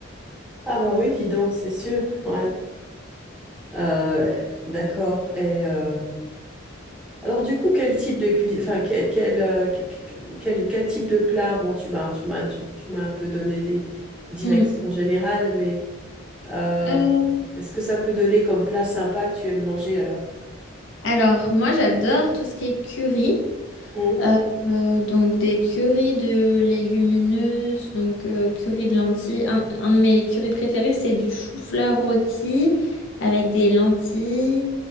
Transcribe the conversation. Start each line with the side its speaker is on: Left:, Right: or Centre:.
Centre: Ah bah oui, dis donc, c'est sûr. Ouais. Euh, d'accord. Et euh, Alors du coup, quel type de cuisine, enfin quel, quel, euh, que- que- quel, quel type de plat? Bon, tu m'as tu m'as tu, tu m'as un peu donné des directions
Left: Mm.
Centre: générales, mais euh,
Left: Euh,
Centre: est-ce que ça peut donner comme plat sympa que tu aimes manger alors?
Left: alors moi j'adore tout ce qui est curry.
Centre: Hum,
Left: Euh, euh, donc des currys de légumineuses, donc euh, curry de lentilles. Un, un de mes currys préférés, c'est du chou-fleur rôti avec des lentilles